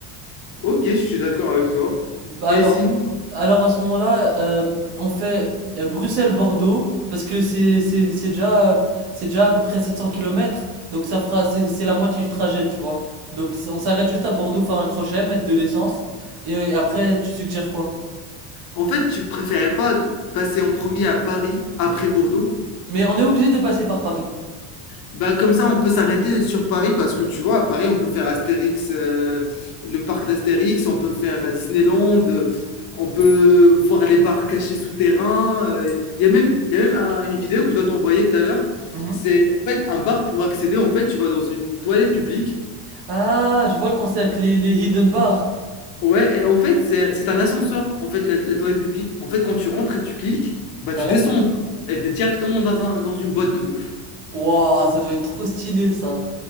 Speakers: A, on the left (about 50°); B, on the right (about 55°).
A: Ok, je suis d'accord avec toi.
B: Bah
A: Mais
B: alors,
A: sinon,
B: alors à ce moment-là, euh, on fait euh, Bruxelles-Bordeaux parce que c'est c'est c'est déjà euh, c'est déjà à peu près 700 kilomètres, donc ça fera c'est c'est la moitié du trajet, tu vois. Donc c- on s'arrête juste à Bordeaux faire un crochet, mettre de l'essence et, euh, après tu suggères quoi?
A: en fait, tu préférais pas passer en premier à Paris, après Bordeaux?
B: Mais on est obligé de passer par Paris.
A: Bah comme ça, on peut s'arrêter sur Paris parce que tu vois, à Paris, on peut faire Astérix, euh, le parc d'Astérix, on peut faire Disneyland, euh, on peut voir les bars cachés souterrains. euh, Il y a même, il y a même un- une vidéo que je dois t'envoyer tout à l'heure.
B: Mhm.
A: C'est en fait un bar pour accéder. En fait, tu vas dans une toilette publique.
B: Ah, je vois le concept, les les hidden bars.
A: Ouais, et en fait, c'est c'est un ascenseur, en fait, la, la toilette publique. En fait, quand tu rentres et tu cliques, bah tu
B: Ouais.
A: descends en bas. Et t'es directement dans un, dans une boîte de ouf.
B: Waouh, ça doit être trop stylé ça.